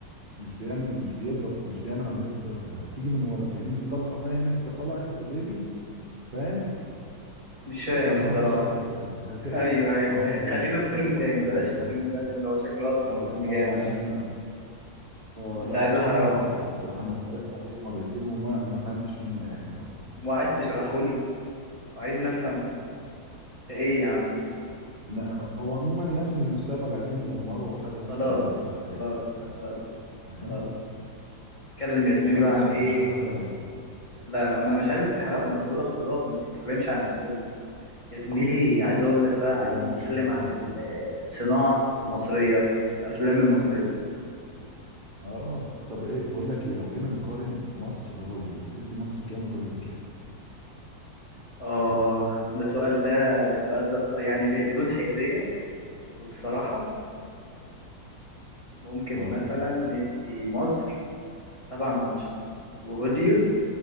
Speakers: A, on the right; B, on the left.
A: مش بيعمل مش بيضرب مش بيعمل عمليه الضرب ده بتيجي من ورا كأن الطلقه فاهم انت طلعت اوريدي فاهم
B: مش فاهم
A: مش
B: الصراحة
A: عارف اشرح لك الفكره هي فك-
B: <laughs> ايوه ايوه
A: ما هو ال-
B: خلينا في
A: بتفرج
B: فيلم تاني
A: عليه
B: بلاش الفيلم ده عشان ده هو شكله اصلا
A: اه
B: فيلم جامد
A: اه عشان اه
B: مش
A: لا
B: عايز
A: هو فيلم
B: احرقه
A: معقد بصراحة انا اتفرجت عليه مرتين وما ما فهمتش منه اي حاجة اصلا
B: وعايز تشرحه وعايزني افهم ده ايه يا عم
A: ن- هو عموما الناس من المستقبل عايزين يدمروا حدث
B: خلاص
A: في الماضي او حاجة
B: خلاص
A: آه،
B: خلاص
A: فاهم
B: خلاص اتكلم يا زميلي
A: مش عايز
B: بقى عن
A: أش-
B: ايه
A: مش عايز احرق لك الفيلم.
B: لا لا ما انا مش عايزك تحرقه ما انا بقول لك خلاص ما تتكلمش عن الفيلم يا زميلي عايز اقول لك بقى عايزين
A: لا، يعني
B: نتكلم
A: مش هتكلم
B: عن
A: عن
B: ال-
A: فيلم
B: الصناعة المصرية الافلام المصرية
A: اه طب ايه بقول لك ايه لو جينا نقارن مصر بهوليوود تدي مصر كام وهوليوود كام
B: اه ده سؤال ده السؤال ده ص- يعني ب- بدون حيادية وبصراحة ممكن
A: اه
B: مثلا ندي مصر سبعة من عشرة وهوليود